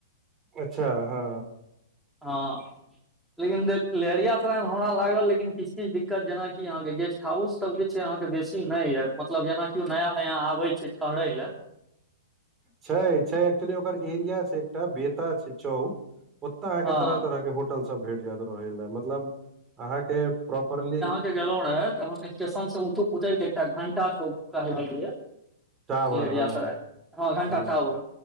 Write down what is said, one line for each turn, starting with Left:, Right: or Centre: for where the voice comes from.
Right: अच्छा हँ
Centre: हँ लेकिन लहेरियासराय मे हमरा लागल लेकिन किछु किछु दिक्कत जेनाकी अहाँ के गेस्ट हाउस सब जे छै अहाँके बेसी नहि यऽ मतलब जेनाकिओ नया नया आबै छै ठहरय लए
Right: छै छै एक्चुली ओकर एरिया छै एकटा बेता छै चौक ओत अहाँके
Centre: हँ
Right: तरह तरह के हो होटल सब भेट जायत रहै ल मतलब अहाँके प्रॉपरली
Centre: गेलो रहे तऽ हम स्टेशन से उतर दे एकटा घंटा से कहले
Right: टावर
Centre: लहेरियासराय
Right: हँ
Centre: हँ, घंटा
Right: ह
Centre: टावर